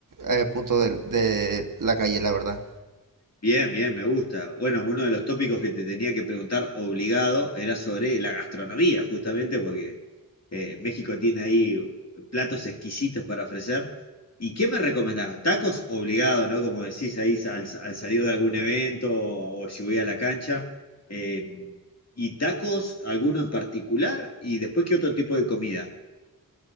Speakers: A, on the right; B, on the left.
A: eh, punto del- de la calle, la verdad.
B: Bien, bien, me gusta. Bueno, uno de los tópicos que te tenía que preguntar obligado era sobre la gastronomía, justamente porque eh, México tiene ahí platos exquisitos para ofrecer. ¿Y qué me recomendás? Tacos obligado, ¿no? Como decís ahí al, al salir de algún evento o, si voy a la cancha. Eh, ¿y tacos, alguno en particular? ¿Y después qué otro tipo de comida?